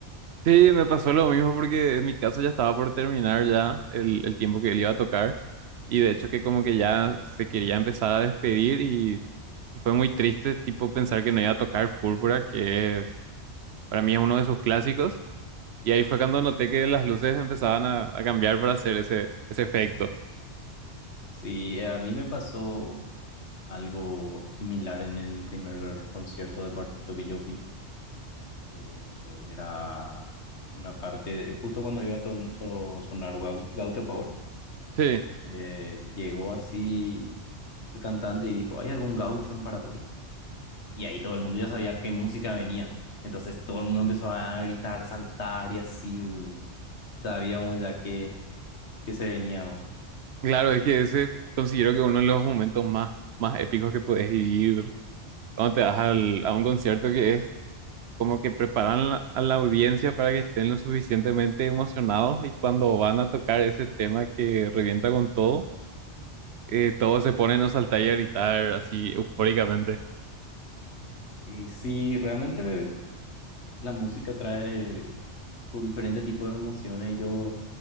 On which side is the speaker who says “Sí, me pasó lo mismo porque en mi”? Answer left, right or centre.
Right